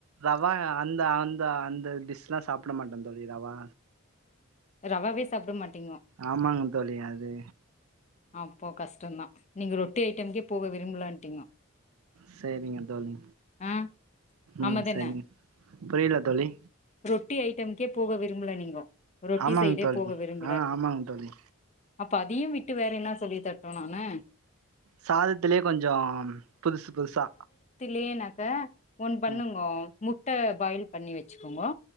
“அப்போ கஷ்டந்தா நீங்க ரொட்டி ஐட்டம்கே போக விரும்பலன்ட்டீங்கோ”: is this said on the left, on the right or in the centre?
Left